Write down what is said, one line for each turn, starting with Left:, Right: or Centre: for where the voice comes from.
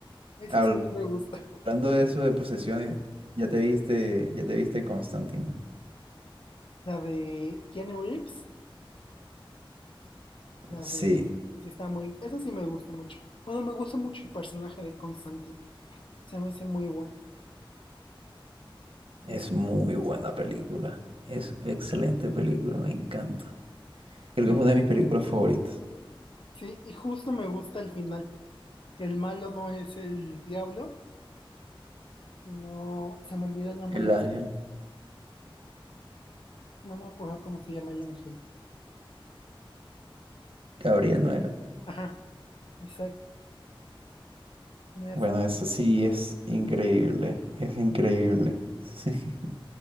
Left: Eso
Right: Habl-
Left: sí me gusta.
Right: Hablando de eso, de posesiones, ya te viste, ya te viste Constantine.
Left: La de Keanu Reeves. La
Right: Sí,
Left: de... Sí, está muy... Eso sí me gusta mucho. Bueno, me gusta mucho el personaje de Constantine. Se me hace muy bueno.
Right: es
Left: Sí, sí.
Right: muy buena película, es excelente película, me encanta. Creo
Left: Y,
Right: que es una de mis películas favoritas.
Left: sí, y justo me gusta el final. Que el malo no es el diablo, sino... Se me olvidó el nombre.
Right: El Ángel,
Left: No me acuerdo cómo se llama el ángel.
Right: Gabriel no era.
Left: Ajá, exacto. Me
Right: Bueno,
Left: hace.
Right: eso sí es increíble, es increíble. <laughs>